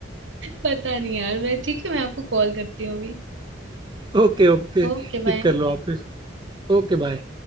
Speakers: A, on the right; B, on the right.
A: पता नहीं यार मैं ठीक है मैं आपको कॉल करती हूँ अभी
B: Okay okay
A: Okay
B: पिक
A: bye
B: कर लो आप फिर Okay bye